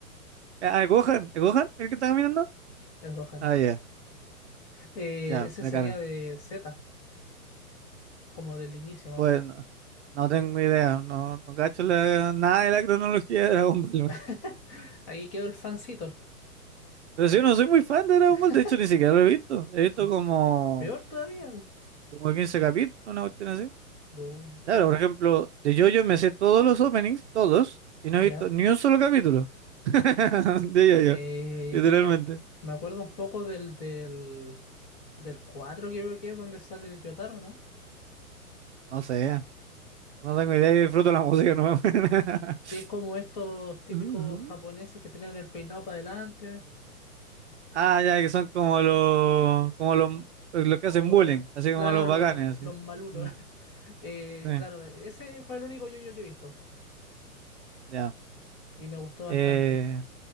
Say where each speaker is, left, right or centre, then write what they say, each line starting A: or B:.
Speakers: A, on the right; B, on the left.
A: Ah, Gohan, ¿es Gohan el que está caminando?
B: El Gohan.
A: Ah, ya,
B: Eh,
A: ya,
B: ese
A: me
B: sería
A: carga.
B: de Z, como del inicio más
A: Bueno,
B: o menos.
A: no tengo idea, no, no cacho la- nada de la cronología de Dragon Ball.
B: <laughs> Ahí quedó el fancito.
A: Pero si yo no soy muy fan de Dragon
B: <laughs>
A: Ball, de hecho ni siquiera lo he visto. He visto
B: Mm,
A: como,
B: Peor todavía.
A: como 15 capítulos, una cuestión así.
B: Bu,
A: Claro, por ejemplo, de JoJo me sé todos los openings, todos, y no
B: ya.
A: he visto ni un solo capítulo <laughs> de
B: Eh,
A: JoJo, literalmente.
B: yo me, ac- me acuerdo un poco del, del, del 4, creo que es donde sale el Yotaro, ¿no?
A: No sé, no tengo idea, yo disfruto la música nueva. <laughs>
B: Que es como estos típicos
A: Ujú.
B: japoneses que tenían el peinado para adelante.
A: Ah, ya, que son como los, como los, los que
B: Como,
A: hacen bullying,
B: la-
A: así
B: claro,
A: como los bacanes,
B: lo- lo- los
A: así.
B: malulos.
A: Mm,
B: <laughs> Eh,
A: sí,
B: claro, ese fue el único yo-yo que he visto.
A: ya.
B: Y me gustó bastante.
A: Eh,